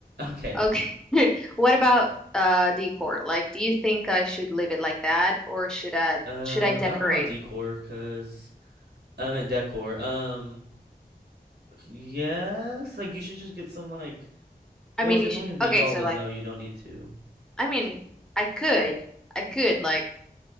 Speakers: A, on the right; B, in the centre.
A: Okay.
B: Okay. <laughs> What about uh decor? Like, do you think I should leave it like that or should I
A: Um,
B: should I decorate?
A: I don't know about decor, cause I meant decor. Um, yes, like you should just get some like.
B: I
A: Well,
B: mean,
A: if
B: you
A: it's
B: should,
A: only gonna be
B: okay,
A: y'all,
B: so
A: then
B: like
A: no, you don't need to.
B: I mean, I could I could like